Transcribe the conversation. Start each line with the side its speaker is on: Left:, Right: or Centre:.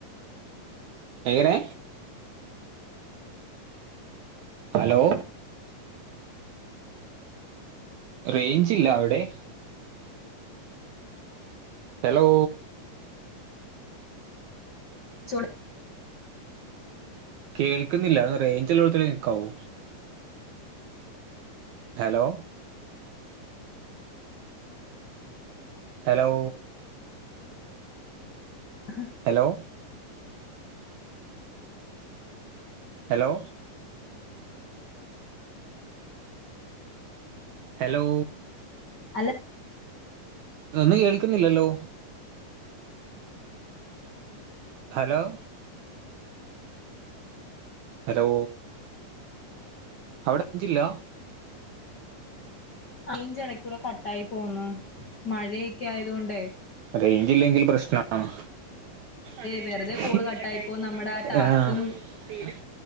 Right: എങ്ങനെ ഹലോ റേഞ്ചില്ല അവിടെ ഹലോ
Left: ചോദിച്ചോണ്ട്
Right: കേൾക്കുന്നില്ല ഒന്ന് റേഞ്ച് ഉള്ളിടത്ത് നിൽക്കാവോ ഹലോ ഹലോ
Left: ആഹ്
Right: ഹലോ ഹലോ ഹലോ
Left: ഹലോ
Right: ഇത് ഒന്നും കേൾക്കുന്നില്ലല്ലോ ഹലോ ഹലോ അവിടെ റെയ്ഞ്ചില്ല
Left: റെയ്ഞ്ച് എടക്കൂടെ കട്ടായി പോന്നു മഴയൊക്കെ ആയത് കൊണ്ടേ
Right: റേഞ്ചില്ലെങ്കിലും പ്രശ്നാണ് അതെ
Left: വെറുതെ
Right: അതെ
Left: കോള്
Right: കോൾ കട്ടായിപ്പോ
Left: നമ്മുടെ
Right: നമ്മടെതും
Left: ആ ടാസ്കും
Right: <inaudible> തീരും